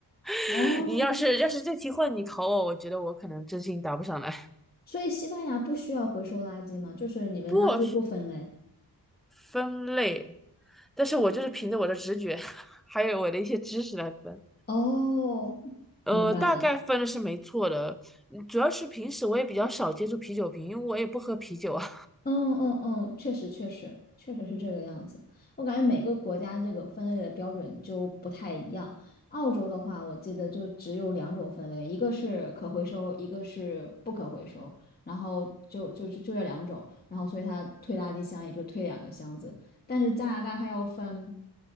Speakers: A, in the centre; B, on the left.
A: <laughs>
B: 哦，
A: 你要是要是这题换你考我，我觉得我可能真心答不上来。
B: 所以西班牙不需要回收垃圾吗？就是你们垃圾不分类。
A: <laughs> 不是分类，但是我就是凭着我的直觉，<laughs> 还有我的一些知识来分。
B: 哦，
A: 呃，
B: 明白了。
A: 大概分的是没错的，嗯主要是平时我也比较少接触啤酒瓶，因为我也不喝啤酒啊。
B: 嗯嗯嗯，确实确实确实是这个样子。我感觉每个国家这个分类的标准就不太一样。澳洲的话，我记得就只有两种分类，一个是可回收，一个是不可回收。然后就就就就这两种，然后所以它推垃圾箱也就推两个箱子。但是加拿大它要分，